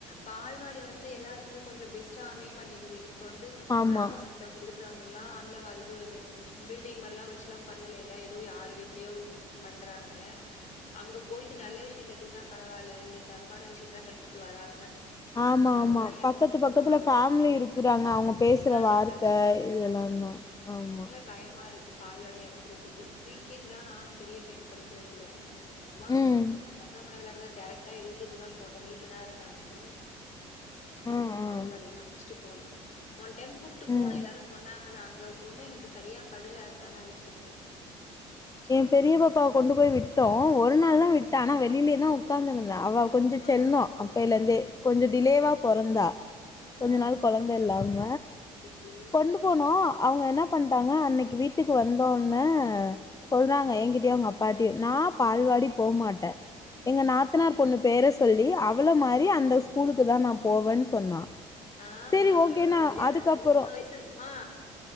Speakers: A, on the left; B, on the left.
A: பால்வாடி வந்து எல்லாருக்குமே கொஞ்சோ பெஸ்ட்டா அமைய மாட்டிங்கிது இப் ப வந்து
B: ஆமா
A: கிராமஸ் தீலா இருக்கறவங்கல்லா அந்த மார் இது பில்டிங் மாரில்லா வெச்சுல்லா பண்ணலைல எதோ யாரு வீட்லயோ பண்றாங்க அங்க போய்ட்டு நல்ல விஷயோ கத்துகிட்டா பரவால்ல ரெண்டு தப்பான விஷயத்த தா கத்துட்டு வராங்க
B: ஆமா
A: அதனால
B: ஆமா பக்கத்து பக்கத்துல
A: ஆமா.
B: ஃபேம்லி இருக் குறாங்க அவங்க பேசற
A: அதான்
B: வார்த்த
A: சொல்றேன்.
B: இதெல்லா தா ஆமா
A: பயமாருக்கு பால்வாடி அனுப்பறத்துக்கு ப்ரீ கே ஜி லா நானு பெரிய பையன படிக்க வெக்கில அ சும்மா
B: ம்
A: அ பசங்க கூட விளாடதா டேரக் ட்டா எல் கே ஜி தா போட்ட வீட்லதா இருந்தாங்க ம் அவுங்ளுக்கு
B: ம் ம்
A: பால்வாடிலா அழச்சிட்டு போல ஒன் டைம் கூப்ட்டு போன
B: ம்
A: எல்லாரு சொன்னாங்கன்னு அங்க ஒன்னு எனக்கு சரியா படுல அதுனால அழச்சிட்டு போல
B: எ பெரிய பாப்பாவ கொண்டு போய் விட்டோ ஒரு நாள்தா விட்ட ஆனா வெளிலயேதா உக்காந்திருந்தா அவ கொஞ்சோ
A: ஆ,
B: செல்லோ அப்பேலந்தே
A: ஆ,
B: கொஞ்சோ டிலேவா
A: ஆ,
B: பொறந்தா
A: ஆ.
B: கொஞ்ச நாள் கொழந்த இல்லாம
A: சரி.
B: கொண்டு
A: ஆ,
B: போனோ அவுங்க என்னப் பண்டாங்க அன்னைக்கு வீட்டுக்கு வந்தோன்ன சொல்றாங்க
A: சரி.
B: என்கிட்டயு அவுங்கப் பாட்டயு நா பால்வாடி போ மாட்டே எங்க நாத்தனார் பொண்ணு பேர சொல்லி அவள மாரி அந்த ஸ்கூலுக்குதா நா போவேன்னு சொன்னா
A: ஆ
B: சேரி
A: அந்த
B: ஓகே
A: ஏஜ்ஜிலே
B: நா
A: அதாது
B: அதுக்கப்புறோ
A: வந்து மூணு வயசு இருக்குமா